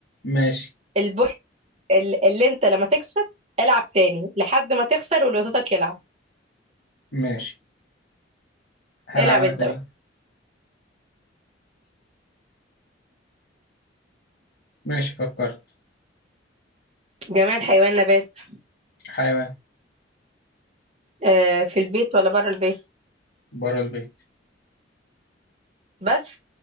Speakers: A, on the left; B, on the right.
A: ماشي
B: البوينت ال- اللي انت لما تكسب العب تاني لحد ما تخسر واللي قصادك يلعب
A: ماشي هلعب
B: العب
A: انا
B: انت
A: تاني
B: بقى
A: ماشي فكرت
B: جماد حيوان نبات
A: حيوان
B: آه في البيت ولا بره البيت
A: بره البيت
B: بس